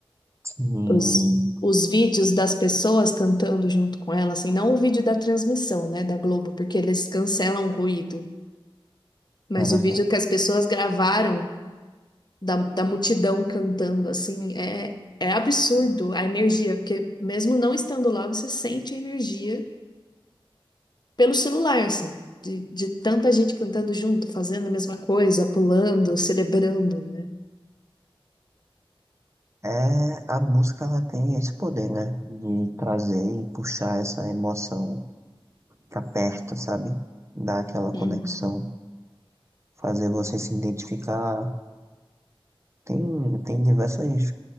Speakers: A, on the right; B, on the left.
A: e,
B: os, os vídeos das pessoas cantando junto com ela, assim, não o vídeo da transmissão, né, da Globo, porque eles cancelam o ruído, mas
A: é verdade.
B: o vídeo que as pessoas gravaram da, da multidão cantando, assim, é, é absurdo a energia, porque mesmo não estando lá, você sente a energia pelo celular, assim, de, de tanta gente cantando junto, fazendo a mesma coisa, pulando, celebrando, né?
A: É, a música ela tem esse poder, né? De trazer e puxar essa emoção pra perto, sabe? Dar aquela conexão,
B: Uhum.
A: fazer você se identificar. Tem, tem diversos